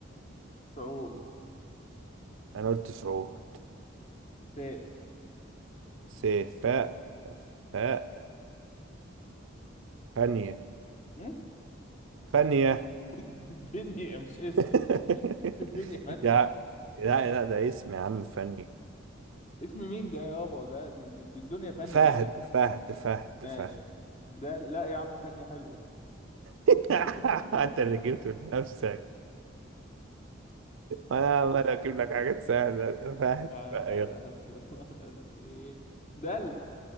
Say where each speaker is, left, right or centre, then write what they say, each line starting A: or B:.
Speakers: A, on the left (about 35°); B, on the right (about 80°).
A: س- سعود
B: انا قلت سعود
A: سيف
B: سيف فاء فاء فانية
A: مم؟
B: فانية
A: <laughs> دنيا مش اسم
B: <laughs>
A: <laughs> الدنيا فانية
B: يا لا لا ده اسم يا عم فاني
A: اسم مين ده يابا ده دي- دي- دي الدنيا فانية
B: فهد
A: انما
B: فهد فهد
A: ماشي
B: فهد
A: ده لا يا عم فني حلو
B: <laughs>
A: <laughs>
B: انت اللي جبته لنفسك انا عمال اجيب لك حاجات سهله فاهم
A: آه،
B: بقى يلا
A: ح- حسبي الله ونعم الوكيل دل